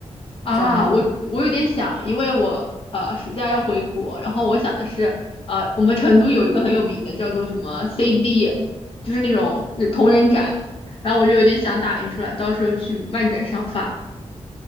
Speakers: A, on the left; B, in the centre.
A: 啊，
B: 这样吗？
A: 我我有点想，因为我呃暑假要回国，然后我想的是，呃，我们成都有一个很有名的叫做什么 CD，就是那种呃同人展，然后我就有点想打印出来，到时候去漫展上发。